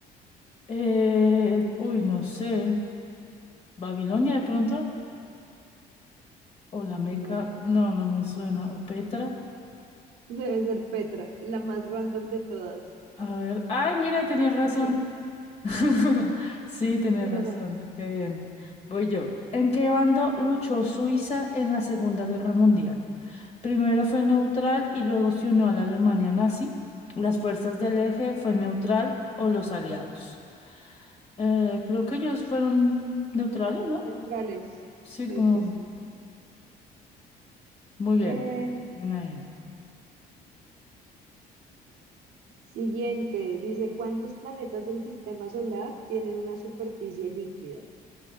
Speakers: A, on the left (about 40°); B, on the right (about 75°).
A: Eh, uy, no sé, Babilonia de pronto, o la Meca,
B: Bueno,
A: no,
B: <laughs>
A: no me suena,
B: vamos.
A: o Petra.
B: debe ser Petra, la más random de todas.
A: A ver, ay, mira, tenía
B: Y
A: razón.
B: sí,
A: <laughs> Sí, tienes
B: <laughs>
A: razón. Qué bien. Voy yo. ¿En qué bando luchó Suiza en la Segunda Guerra Mundial? Primero fue neutral y luego se unió a la Alemania nazi. Las fuerzas del eje fue neutral o los aliados. Eh, creo que ellos fueron neutrales, ¿no?
B: neutrales,
A: Sí,
B: creo
A: como
B: que sí.
A: muy bien.
B: Eh,
A: Bien ahí.
B: siguiente, dice, ¿cuántos planetas del sistema solar tienen una superficie líquida?